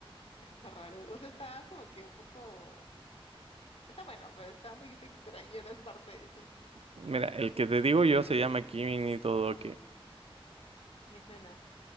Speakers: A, on the left; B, on the right.
A: Eso está raro. O sea, está como que un poco. Está bueno, pero está un poquito extraño en las partes así.
B: Mira, el que te digo yo se llama Kimi ni Todoke.
A: Me suena.